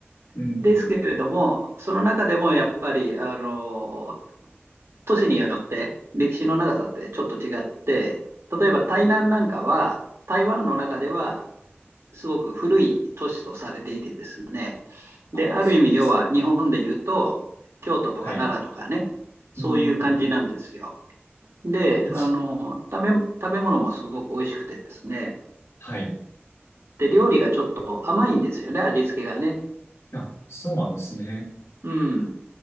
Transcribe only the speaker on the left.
ー、うん。
あ、
そうです。
はい。
うん。
一、
はい。
あ、そうなんですね。